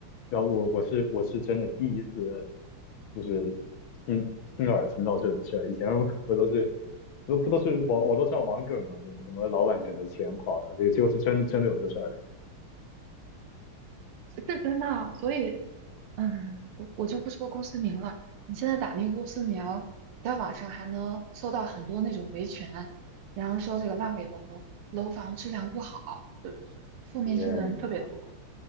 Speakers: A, on the left; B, on the right.
A: 然后我我是我是真的第一次，就是亲亲耳听到这种事儿。以前不不都是不不都是网网络上网梗嘛，什么什么老板卷的钱跑了，这个结果是真真的有这事儿嘞！
B: 是是真的啊。所以嗯，我我就不说公司名了，你现在打那个公司名，你在网上还能搜到很多那种维权，然后说这个烂尾楼楼房质量不好，就是负面新闻特别多。
A: 天呐